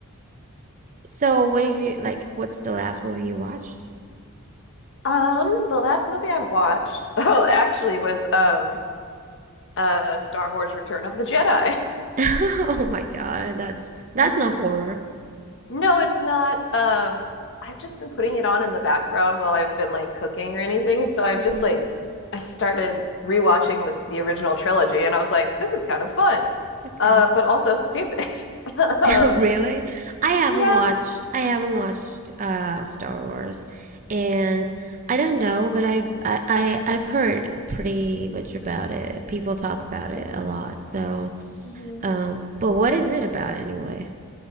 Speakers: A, on the right; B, on the left.
A: So, what have you like what's the last movie you watched?
B: Um, the last movie I watched, <laughs> oh, actually was um uh Star Wars Return of the Jedi. <laughs>
A: <laughs> Oh my God, that's that's
B: Mhm.
A: not horror.
B: No, it's not. Um, I've just been putting it on in the background while I've been like cooking or anything, and so I've
A: Mm-hmm.
B: just like I started rewatching the, the original trilogy, and I was like, this is kind of fun,
A: Okay.
B: uh, but also stupid. <laughs> Um,
A: <laughs> Really? I haven't
B: yeah.
A: watched I haven't watched uh Star Wars and I don't know, but I've I, I I've heard pretty much about it. People talk about it
B: Mhm.
A: a lot. So,
B: Mhm.
A: um but what is it about anyway?